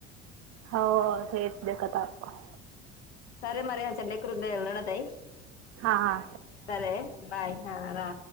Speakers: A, on the right; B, on the left.
A: हो तेच देखत आहो.
B: सर मर सडे्या करल नोड तई
A: हां हां
B: सर बाय हारा